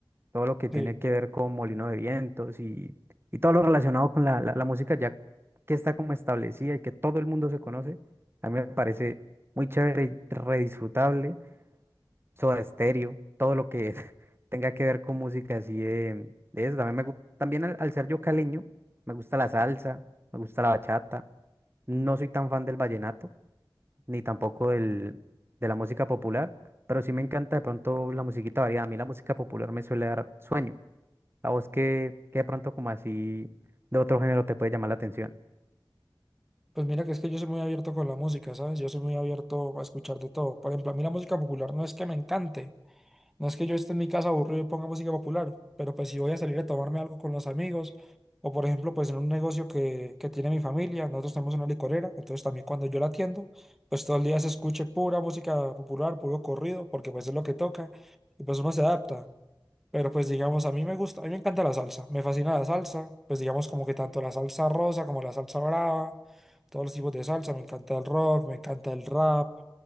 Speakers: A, on the right; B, in the centre.
A: todo lo que tiene
B: Sí,
A: que ver con Molino de Vientos y, y todo lo relacionado con la, la, la música ya que está como establecida y que todo el mundo se conoce, a mí me parece muy chévere y redisfrutable. Soda Stereo, todo lo que <laughs> tenga que ver con música así de, de eso. También, me, gu- también al, al ser yo caleño, me gusta la salsa, me gusta la bachata. No soy tan fan del vallenato, ni tampoco del, de la música popular, pero sí me encanta de pronto la musiquita variada. A mí la música popular me suele dar sueño. A vos que, de pronto como así de otro género te puede llamar la atención.
B: pues mira que es que yo soy muy abierto con la música, ¿sabes? Yo soy muy abierto a escuchar de todo. Por ejemplo, a mí la música popular no es que me encante, no es que yo esté en mi casa aburrido y ponga música popular, pero pues si voy a salir a tomarme algo con los amigos, o por ejemplo, pues en un negocio que, que tiene mi familia, nosotros tenemos una licorera, entonces también cuando yo la atiendo, pues todo el día se escuche pura música popular, puro corrido, porque pues es lo que toca, y pues uno se adapta. Pero pues digamos, a mí me gusta, a mí me encanta la salsa, me fascina la salsa, pues digamos como que tanto la salsa rosa como la salsa brava, todos los tipos de salsa, me encanta el rock, me encanta el rap,